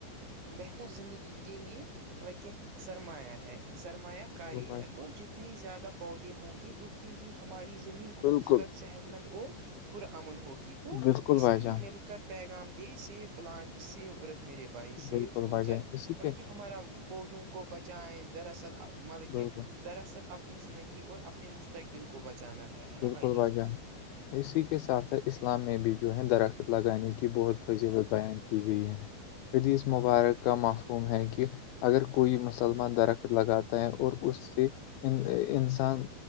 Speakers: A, on the right; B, on the left.
A: بہتر زندگی کے لیے لط کہ سرمایہ ہے سرمایہ کاری
B: بھائی
A: ہے
B: جان،
A: تو جتنے زیادہ پودے ہوں گے اتنی ہی ہماری زمین خوبصورت
B: بالکل
A: صحت مند اور پرامن ہوگی تو
B: بالکل
A: اسی
B: بھائی
A: لیے
B: جان
A: مل کر پیغام د سی پلانٹ سی ارت میرے بائی سی
B: بالکل
A: فیوچر
B: بھائی جان اسی
A: مطلب
B: کے
A: کہ <unintelligible> ہمارا پودوں کو بچائے دراصل مطلب کہ
B: بالکل
A: دراصل اب اپنی زندگی اور اپنے مستقبل کو بچانا ہے ہے نا
B: بالکل
A: بھائی جان
B: بھجان <unintelligible> اسی کے ساتھ ساتھ اسلام میں بھی جو ہے درخت لگانے کی بہت فضیلت بیان کی گئی ہے یدی اس مبارک کا معفوم ہے کہ اگر کوئی مسلمان درخت لگاتا ہے اور اس سے ان انسان